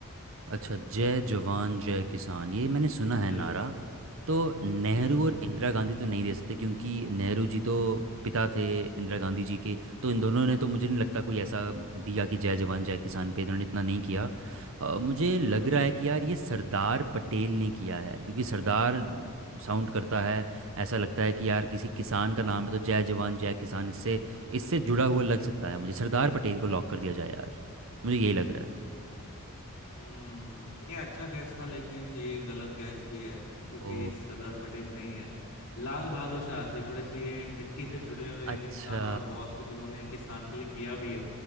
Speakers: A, on the right; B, on the left.
A: अच्छा जय जवान जय किसान ये मैंने सुना है
B: जय
A: नारा
B: किसान
A: तो नेहरू
B: हम्म
A: और इंदिरा गांधी तो नहीं दे सकते क्योंकि नेहरू जी तो पिता थे इंदिरा गांधी जी के तो इन दोनों ने तो मुझे नहीं लगता कोई ऐसा दिया कि जय जवान जय किसान पे इन्होंने इतना नहीं किया अ, मुझे
B: हम्म
A: लग रहा है कि यार ये सरदार पटेल ने किया है क्योंकि सरदार साउंड करता है ऐसा लगता है कि यार किसी किसान का नाम है तो जय जवान जय किसान इससे इससे जुड़ा हुआ लग सकता है मुझे सरदार पटेल को लॉक कर दिया जाए यार मुझे यही लग रहा है
B: हम्म, ये अच्छा गैस था लेकिन ये गलत गैस भी है <laughs> क्योंकि
A: ओ
B: सरदार पटेल नहीं है लाल बहादुर शास्त्री थोड़े से ये मिट्टी से जुड़े हुए
A: अच्छा
B: एक इंसान और बहुत कुछ इन्होंने किसान के लिए किया भी है